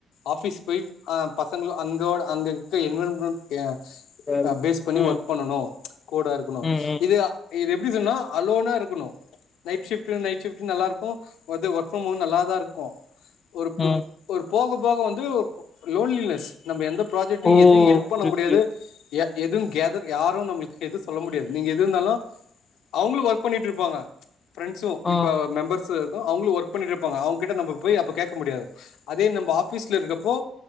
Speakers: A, on the left; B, on the left.
A: ஆஃபிஸ் போய் அ பசங்களு அங்கோட அங்க இக்க <unintelligible> க்யே
B: ம்
A: அ பேஸ் பண்ணி
B: ம்
A: ஒர்க் பண்ணணு கோடா இருக்குணு
B: ம்
A: இதே ஆ இது எப்டி சொன்னா அலோனா இருக்குனு நைட் சிஃப்ட்டு நைட் சிஃப்ட்டு நல்லாருக் கோ வந்து ஒர்க் ஃபிரம் ஓ வந்து நல்லாதா இருக்கு ஒருப்பு
B: ம்
A: ஒருப் போக போக வந்து லோன்லினஸ் நம்ம எந்த ப்ராஜெக்ட
B: ஓ
A: எது ஹெல்ப் பண்ண
B: புரிது
A: முடியாது
B: புரிது
A: எ எதுங் கேதர் யாரு நம்ளுக்கு எது சொல்ல முடியாது நீங்க எது இந்தாலு அவுங்ளு ஒர்க் பண்ணிட்ருப் ஃபிரெண்ட்ஸ்சு
B: ஆ
A: இப்ப மெம்பர்ஸ்சு கு அவுங்ளு ஒர்க் பண்ணிட்ருப்பாங்க அவுங்கிட்ட நம்ம போய் அப்ப கேக்க முடியாது அதே நம்ம ஆஃபீஸ்ல இருக்கப்போ